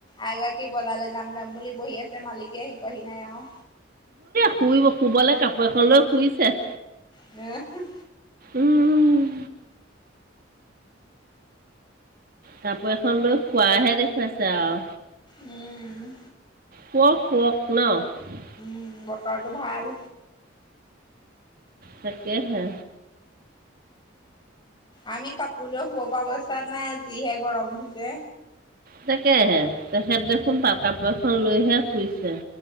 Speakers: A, on the left; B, on the right.
A: এইগৰাকী বজালে যাম যাম বুলি। বহি আছে মালিকে পোৱাহি নাই আৰু।
B: শুইব শুবলৈ কাপোৰ এখন লৈ শুইছে
A: উম
B: উম। কাপোৰ এখন লৈ শুয়াই হে দেখুৱাইছে আৰু
A: উম
B: শুৱক শুৱক নহ
A: উ বতৰটো ভাল।
B: তাকেহে
A: আমি ক কোও শুৱাব পৰা অৱস্থাত নাই যিহে গৰম উঠিছে।
B: তাকেহে তেখেত দেখোন তাল কাপোৰ এখন লৈহে শুইছে